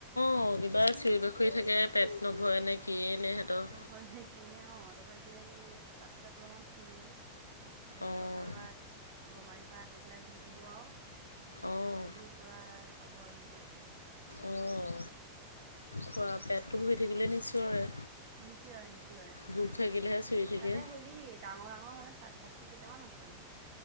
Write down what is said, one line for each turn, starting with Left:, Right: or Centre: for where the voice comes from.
Left: অ', কিবা চিয়ৰি বাখৰিয়ে থাকে পেট নভৰেনে কিয়ে নে সিহঁতৰ।
Right: হয় নে কি এনে অ', তাৰ পৰা এতিয়া এই পাত চাত অলপমান চিঙি মেলি এই
Left: অঁ
Right: কঁঠাল পাত গমাৰি পাট এইবিলাক দি দিব আৰু সিঁহতি
Left: অঁ
Right: পুৰা খাব আৰু যেনিবা এতিয়া।
Left: অঁ খোৱা পেটটো ভৰি থাকিলেই নিছিয়ৰে।
Right: নিচিয়ৰে-নিচিয়ৰে।
Left: ভুক থাকিলেহে চিঞৰি থাকে
Right: তাতে হেৰি ডাঙৰ ডাঙৰ মানে খাচী কেইটামান আছে মোৰ।